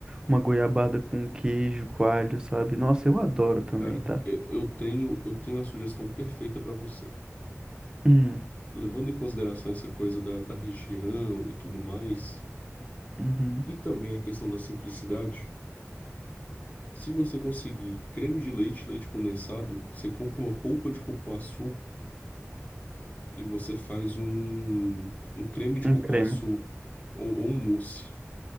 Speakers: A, on the right; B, on the left.
A: uma goiabada com queijo, coalho, sabe? Nossa, eu adoro também,
B: Cara,
A: tá?
B: eu eu tenho, eu tenho a sugestão perfeita para você.
A: Hum,
B: Levando em consideração essa coisa da, da região e tudo mais,
A: uhum,
B: e também a questão da simplicidade, se você conseguir creme de leite, leite condensado, você compra uma polpa de cupuaçu e você faz um, um creme de
A: um
B: cupuaçu
A: creme.
B: ou, ou um mousse.